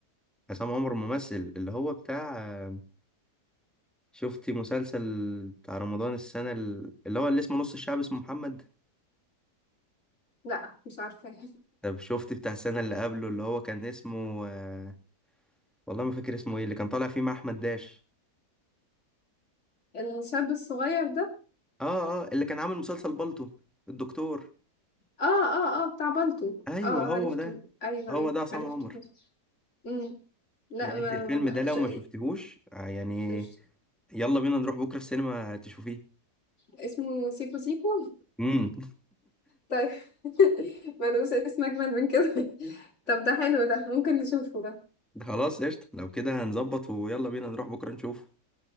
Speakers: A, in the centre; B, on the left.
A: عصام عمر ممثل اللي هو بتاع آه شفتي مسلسل بتاع رمضان السنة ال- اللي هو اللي اسمه نص الشعب اسمه محمد
B: لا مش عارفة
A: طب شفتي بتاع السنة اللي قبله اللي هو كان اسمه آه والله ما فاكر اسمه ايه اللي كان طالع فيه مع أحمد داش
B: <laughs> الشاب الصغير ده
A: اه اه اللي كان عامل مسلسل بالطو الدكتور
B: اه اه اه بتاع بالطو اه
A: ايوه
B: آه،
A: هو
B: عرفته
A: ده
B: ايوه
A: هو
B: ايوه
A: ده عصام
B: عرفته
A: عمر
B: امم لا
A: لا
B: ما,
A: انت الفيلم
B: ما
A: ده لو
B: ش...
A: ما شفتهوش آه يعني
B: مش...
A: يلا بينا نروح بكرة السينما تشوفيه
B: اسمه سيكو سيكو
A: امم
B: طيب <laughs> ملوش اسم اجمل من كده طب ده حلو ده ممكن نشوفه ده
A: <laughs> خلاص قشطة لو كده هنظبط ويلا بينا نروح بكرة نشوف